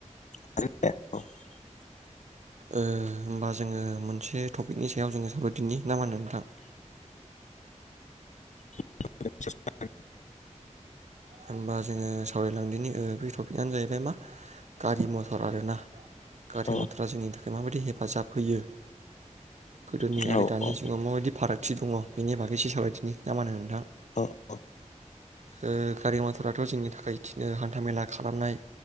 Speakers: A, on the left; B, on the right.
A: <unintelligible>
B: ओ होमबा जोङो मोनसे थपिकनि सायाव जोङो सावराय दिनि ना मा होनो? नोंथां
A: <unintelligible>
B: होनबा जोङो सावराय लांदिनि ओ बे टपिक आनो जायैबाय मा गारि मथर आरोना। गारि
A: औ
B: मथरा जोंनि था खाय माबायदि हेफाजाब होयो। गोदोनि
A: हेलौ
B: आरो दानि
A: औ
B: जुगाव माबायदि फाराग थि दङ बेनि बागै एसे सावराय थिनि ना मा होनो नोंथां?
A: अ अ
B: ओ गारि मथराथ' जोंनि थाखाय इदिनो हान्था मेला खालामनाय